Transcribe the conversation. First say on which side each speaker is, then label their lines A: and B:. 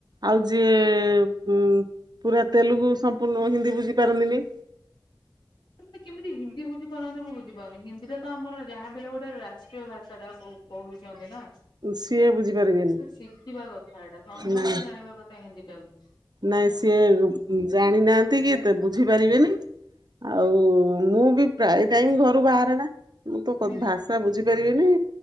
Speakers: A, on the right; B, on the left.
A: ଆଉ ଯିଏ କୁ ପୁରା ତେଲୁଗୁ ସମ୍ପୂର୍ଣ୍ଣ ହିନ୍ଦୀ ବୁଝି ପାରନ୍ତିନି
B: ମାନେ କେମିତି ହିନ୍ଦୀ ବୁଝିପାରନ୍ତି ମୁଁ ବୁଝିପାରୁନି ହିନ୍ଦୀ ତ ଆମ ଯାହା ବଲେ ଗୋଟେ ରାଟ୍। ମୁସକିଲ୍ ଭାସାଟା ବହୁତ୍ କୋଉଚ୍ ନାଁ
A: ସିଏ ବୁଝିପାରିବେନି
B: ଶିଖିବା କଥା ଏଟା ସମସ୍ତେ
A: ନାଇଁ
B: ଜାଣିବା କଥା ହିନ୍ଦୀ ଟାକୁ।
A: ନାଇଁ ସିଏ ଜାଣିନାହାନ୍ତି କିତ୍। ମତେ ବୁଝିପାରିବେନି ଆଉ ମୁଁ ବି ପ୍ରାୟ ଟାଇମ୍ ଘରୁ ବାହାରେ ନାଁ ମୁଁ ତ ଖୁତ୍
B: ହୁଁ
A: ଭାଷା ବୁଝିପାରିବିନି